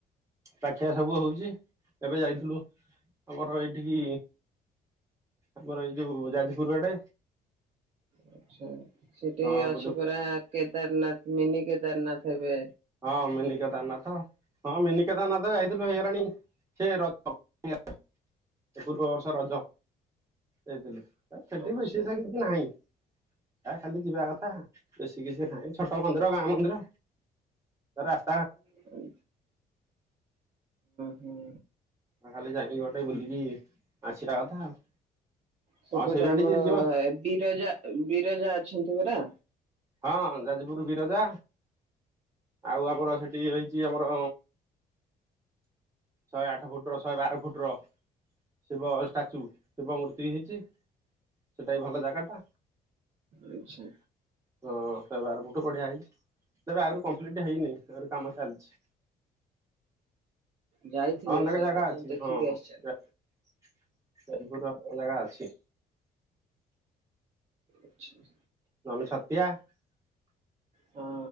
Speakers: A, on the right; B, on the right.
A: ପାଖିଆ ସବୁ ହଉଚି ଏବେ ଯାଇଥିଲୁ ଆମର ଏଇଠିକି ଆମର ଏଇ ଯୋଉ ଯାଜପୁର ଆଡେ।
B: ଆଚ୍ଛା। ସେଠେଇଁ
A: ହଁ
B: ଅଛି
A: ବୁଲୁ
B: ପରା କେଦାରନାଥ। ମିନି କେଦାରନାଥ ହେବେ।
A: ହଁ ମିନି କେଦାରନାଥ ହଁ ମିନି କେଦାରନାଥ ଯାଇଥିଲୁ ହେଇଗଲାଣି ସେ ରଜ <unintelligible> ପୂର୍ବ ବର୍ଷ ରଜ। ଯାଇଥିଲୁ। ଏ ସେଠି
B: ଆଛା
A: ବେଶି ସା କିଛି ନାହିଁ, ଆ ଖାଲି ଯିବା କଥା। ବେଶୀ କିଛି ନାହିଁ ଛୋଟ ମନ୍ଦିର ଗାଁ ମନ୍ଦିର। ରାସ୍
B: ହୁଁ ହୁଁ।
A: <unintelligible> ଖାଲି ଯାଇକି ଗୋଟେ ବୁଲିକି ଆସିଆ କଥା ଆଉ।
B: ସେପଟେ
A: ହଁ ସେଇ ବାଟେ
B: ଆମର
A: ଯିଏ ଯିବ
B: ବିରଜା ବିରଜା ଅଛନ୍ତି ପରା?
A: ହଁ ଯାଜପୁରୁ ବିରଜା ଆଉ ଆମର ସେଠି ହେଇଛି ଆମର ଶହେ ଆଠ ଫୁଟର ଶହେ ବାର ଫୁଟର ଶିବ ଷ୍ଟାଚୁ ଶିବ ମୂର୍ତ୍ତି ହେଇଚି। ସେଟା ବି ଭଲ ଜାଗାଟା।
B: ଆଛା
A: ହଁ ଶହେ ବାର ଫୁଟ ଗଢିଆ ହେଇଚି ତେବେ ଆହୁରି କମ୍ପ୍ଲିଟ ହେଇନି ଆହୁରି କାମ ଚାଲିଛି।
B: ଯାଇଥିଲେ
A: ହଁ ଅନେକ
B: ସେଆଡେ
A: ଜାଗା ଅଛି
B: ଦେଖିକି
A: ହଁ
B: ଆସିଛନ୍ତି।
A: <unintelligible> ଜାଗା ଅଛି।
B: ଆଚ୍ଛା।
A: <unintelligible> <unintelligible>
B: ହଁ